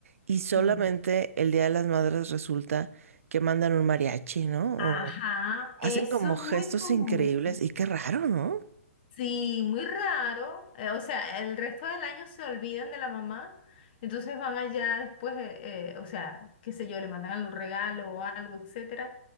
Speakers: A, on the right (about 70°); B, on the left (about 40°).
A: y solamente
B: sí.
A: el Día de las Madres resulta que mandan un mariachi, ¿no?
B: Ajá,
A: O hacen
B: eso
A: como
B: es
A: gestos
B: muy común.
A: increíbles y qué raro, ¿no?
B: Sí, muy raro. eh, o sea, el resto del año se olvidan de la mamá. Entonces van allá después, eh, eh, o sea, qué sé yo, le mandan algún regalo o algo, etcétera.